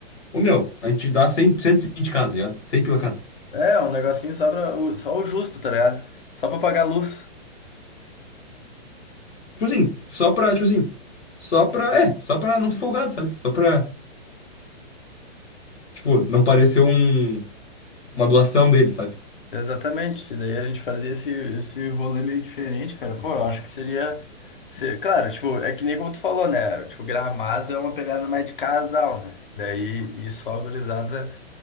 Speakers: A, in the centre; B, on the left.
A: Ô meu, a gente dá 100, 120 cada, tá ligado? 100 pila cada.
B: É, um negocinho só, pra, o- só o justo, tá ligado? Só pra pagar a luz.
A: Tipo assim, só pra, tipo assim, só pra, é, só pra não ser folgado, sabe? Só pra, tipo, não parecer um, uma doação dele, sabe?
B: Exatamente. Daí a gente fazia esse, esse rolê meio diferente, cara. Pô, eu acho que seria, seria. Claro, tipo, é que nem como tu falou, né? Tipo, Gramado é uma pegada mais de casal, né? Daí, e só a gurizada.